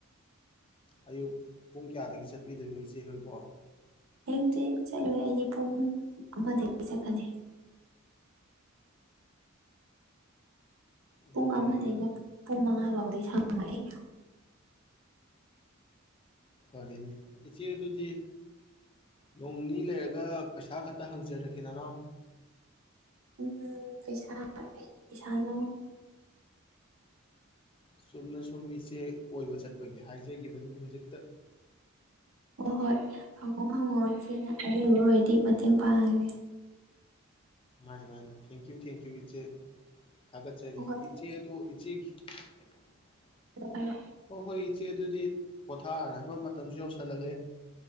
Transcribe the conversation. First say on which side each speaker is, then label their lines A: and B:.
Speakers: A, on the left (about 25°); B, on the right (about 75°).
A: ꯑꯌꯨꯛ ꯄꯨꯡ ꯀꯌꯥꯗꯒꯤ ꯆꯠꯄꯤꯗꯣꯏꯅꯣ ꯏꯆꯦ ꯅꯣꯏꯕꯣ
B: ꯌꯨꯛꯇꯤ ꯆꯠꯂꯣꯏ ꯑꯩꯗꯤ ꯄꯨꯡ ꯑꯃꯗꯒꯤ ꯆꯠꯀꯅꯤ
A: ꯑꯗꯨꯗꯤ
B: ꯄꯨꯡ ꯑꯃꯗꯒꯩꯅ ꯄꯨꯡ ꯃꯉꯥ ꯕꯥꯎꯗ ꯁꯄꯔꯥꯏ
A: ꯐꯔꯦꯅꯦ ꯏꯆꯦ ꯑꯗꯨꯗꯤ ꯅꯣꯡꯅꯤꯅꯤ ꯂꯩꯔꯒ ꯄꯩꯁꯥ ꯈꯛꯇ ꯍꯪꯖꯔꯛꯀꯦ ꯅꯅꯣꯎ
B: ꯎꯝ ꯄꯩꯁꯥ ꯀꯩꯒꯤ ꯄꯩꯁꯥꯅꯣ
A: ꯆꯨꯝꯅ ꯁꯨꯝ ꯏꯆꯦ ꯀꯣꯏꯕ ꯆꯠꯄꯒꯤ ꯍꯥꯏꯖꯒꯤꯕꯗꯨꯅꯤ ꯍꯧꯖꯤꯛꯇ
B: ꯍꯣꯏ ꯍꯣꯏ ꯍꯪꯉꯣ ꯍꯪꯉꯣ ꯏꯆꯦꯅ ꯑꯔꯩꯕ ꯑꯣꯏꯔꯗꯤ ꯃꯇꯦꯡ ꯄꯥꯡꯉꯒꯦ
A: ꯃꯥꯅꯤ ꯃꯥꯅꯤ ꯊꯦꯡꯀ꯭ꯌꯨ ꯊꯦꯡꯀ꯭ꯌꯨ ꯏꯆꯦ ꯊꯥꯒꯠꯆꯔꯤ
B: ꯍꯣꯏ ꯍꯣꯏ ꯐꯔꯦ
A: ꯏꯆꯦ ꯑꯗꯣ ꯏꯆꯦꯈꯤ <inaudible>
B: ꯐꯔꯦ
A: ꯍꯣ ꯍꯣꯏ ꯏꯆꯦ ꯏꯆꯦ ꯑꯗꯨꯗꯤ ꯄꯣꯊꯥꯅꯕ ꯃꯇꯝꯁꯨ ꯌꯧꯁꯜꯂꯛꯂꯦ